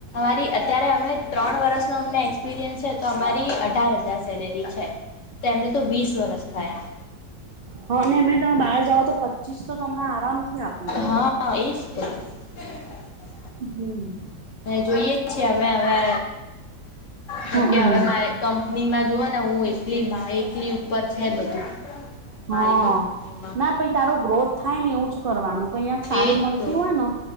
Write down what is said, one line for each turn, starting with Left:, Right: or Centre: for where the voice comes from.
Left: અરી અત્યારે અમે ત્રણ વરસ તો અમને એક્સપિરિયસ છે તો અમારી અઢાર હજાર સેલેરી છે તેમને તો વીસ વરષ થયા
Right: હા અને અમે તમે બહાર જાાવ તો પચીસ તો તમને આરામ થી આપી દે
Left: હા <inaudible>
Right: હમમ
Left: જોઈએ છીએ હમે હવે કેમકે
Right: હમ
Left: હવે મારે કંપ કનીમાં જોઓ ને હું એકલી મારી એકલી ઉપર છે બધું મારી
Right: હા
Left: કંપની
Right: ના પહિ તારો ગ્રોથ થાય ને એવું જ કરવાનું કઈક સારી
Left: એજ
Right: મળતી
Left: તો
Right: હોય ને